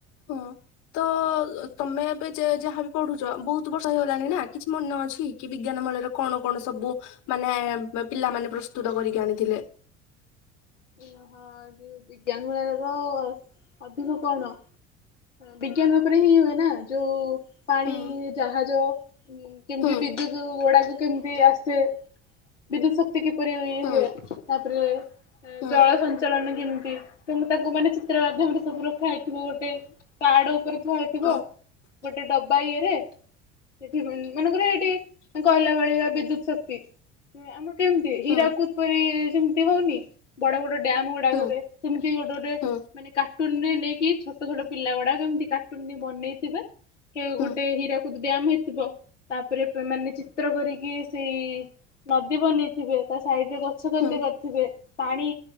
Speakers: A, on the left; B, on the left.
A: ହଁ। ତ ତମେ ଏବେ ଯାହାଵି ପଢୁଛ ବହୁତ ବର୍ଷ ହେଇଗଲାଣି ନା କିଛି ମନେ ଅଛି କି ବିଜ୍ଞା ରେ କଣ କଣ ସବୁ ମାନେ ପିଲାମାନୋନେ ପ୍ରସ୍ତୁତ କରିକି ଆଣିଥିଲେ?
B: ଓ ହଁ ଯଉ ବିଜ୍ଞାନ ମୂଳ ର ଅଧିକ କଣ? ବିଜ୍ଞାନ ଉପରେ ହିଁ ହୁଏ ନା ଯୋଉ ପାଣି
A: ହୁଁ
B: ଜାହାଜ କେମିତି
A: ହୁଁ
B: ବିଦ୍ୟୁତ ଗୁଡାକୁ କେମିତି ଆସ ସେ ବିଦ୍ୟୁତ୍ ଶକ୍ତି କି ପରି ଇଏ
A: ହୁଁ
B: ହୁଏ ତାପରେ
A: ହୁଁ
B: ଜଳ ସଞ୍ଚାଳନ କେମିତି ତ ମୁ ତାକୁ ମାନେ ଚିତ୍ର ମାଧ୍ୟମରେ ସବୁ ର ହେଇଥିବ ଗୋଟେ କାର୍ଡ ଉପରେ ଥୁଆହେଇଥିବା
A: ହୁଁ
B: ଗୋଟେ ଡବା ଇଏରେ ସେଠି ମନେକର ଏଠି କହଲା ଭଳିଆ ବିଦ୍ୟୁତ ଶକ୍ତି ଆମ କେମିତି ହୀରାକୁଦପରି
A: ହୁଁ ହୁଁ
B: ସେମିତି ହଉନି ବଡ ବଡ ଡ ଗୁଡାକରେ
A: ହୁଁ
B: ସେମିତି ଗୋଟେ ଗୋଟେ
A: ହୁଁ
B: ମାନେ କାର୍ଟୁନ ରେ ନେଇକି ଛୋଟ ଛୋଟ ପିଲା ଗୁଡାକ କେମିତି କାର୍ଟୁନ ବନେଇଥିବେ କେ
A: ହୁଁ
B: ଗୋଟେ ହିରା ବହୁ ବ୍ୟାୟାମ ହେଇଥିବ ତାପରେ ମାନେ ଚିତ୍ର କରିକି ସେଇ ନଦୀ ବନେଇଥିବେ ତା ସାଇଡରେ ଗଛ ଗତ
A: ହୁଁ
B: କରିଥିବେ ପାଣି